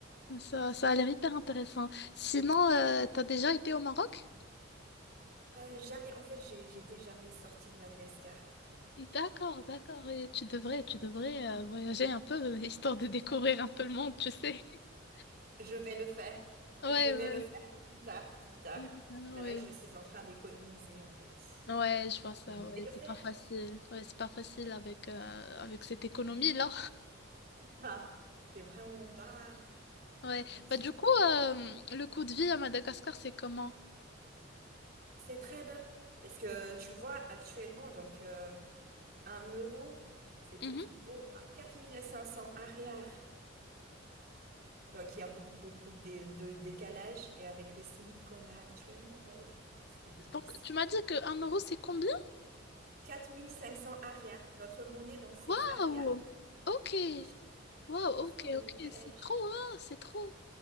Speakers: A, on the left (about 55°); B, on the right (about 45°).
A: Ça, ça a l'air hyper intéressant. Sinon, euh, t'as déjà été au Maroc?
B: Euh, jamais, en fait, j'ai, j'étais jamais sortie de Madagascar.
A: D'accord, d'accord. Et tu devrais, tu devrais euh, voyager un peu, histoire de découvrir un peu le monde, tu sais. <laughs>
B: Je vais le faire.
A: Ouais,
B: Je vais
A: ouais.
B: le faire plus tard, plus tard.
A: Mhm, Ouais,
B: Là, je suis en train d'économiser, en fait.
A: ouais, je vois ça.
B: Mais Je
A: Ouais,
B: vais le
A: c'est
B: faire.
A: pas facile. Ouais, c'est pas facile avec euh, avec cette économie là.
B: Bah, c'est vraiment bas,
A: Ouais.
B: tu
A: Bah, du
B: sais.
A: coup, euh, le coût de vie à Madagascar, c'est comment?
B: C'est très bas. Parce que tu vois, actuellement, donc, euh, Un euro, c'est
A: Mhm.
B: équivaut à 4500 arrière. Donc, il y a beaucoup, beaucoup de, de décalage. Et avec le SMIC qu'on a actuellement, oh, pff, c'est difficile.
A: Donc, tu m'as dit que un euro, c'est combien?
B: 4500 arrière. Notre monnaie, donc, c'est
A: Waouh!
B: arrière.
A: Ok.
B: Oui,
A: Waouh,
B: trop
A: ok,
B: de décalage.
A: ok. C'est trop, hein? C'est trop.